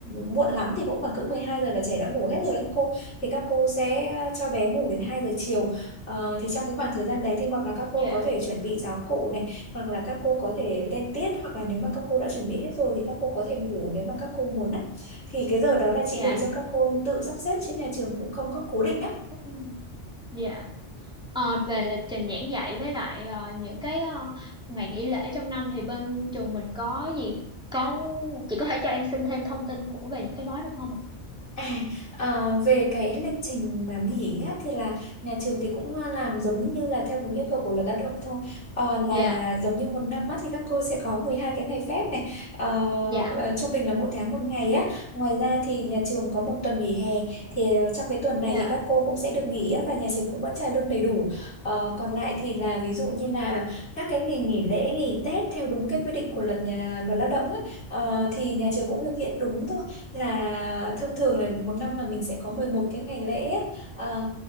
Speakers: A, on the left; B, in the centre.
A: muộn lắm thì cũng khoảng cỡ 12 giờ là trẻ đã ngủ hết rồi các cô thì các cô sẽ cho bé ngủ đến hai giờ chiều Ờ, thì trong cái khoảng thời gian đấy thì hoặc là các cô
B: dạ,
A: có thể chuẩn bị giáo cụ này hoặc là các cô có thể lên tiết hoặc là nếu mà các cô đã chuẩn bị hết rồi thì các cô có thể ngủ nếu mà các cô muốn á thì cái giờ đó là chị
B: dạ,
A: để cho các cô tự sắp xếp chứ nhà trường cũng không có cố định á
B: ừ, dạ. Ờ, về lịch trình giảng dạy với lại ờ, những cái ờ, ngày nghỉ lễ trong năm thì bên trường mình có gì có chị có thể cho em xin thêm thông tin của về những cái đó được không ạ?
A: À, ờ, về cái lịch trình mà nghỉ á, thì là nhà trường thì cũng ờ, làm giống như là theo đúng yêu cầu của luật lao động thôi Ờ, là
B: Dạ,
A: giống như một năm á, thì các cô sẽ có 12 cái ngày phép này Ờ,
B: dạ,
A: ờ, trung bình là mỗi tháng một ngày á ngoài ra thì nhà trường có một tuần nghỉ hè thì ờ, trong cái tuần này
B: dạ,
A: thì các cô cũng sẽ được nghỉ á, và nhà trường cũng vẫn trả lương đầy đủ Ờ, còn lại thì là ví dụ như là các cái ngày nghỉ lễ nghỉ Tết theo đúng cái quy định của luật nhà luật lao động á, ờ, thì nhà trường cũng thực hiện đúng thôi là thông thường là một năm là mình sẽ có 11 cái ngày lễ á. ờ,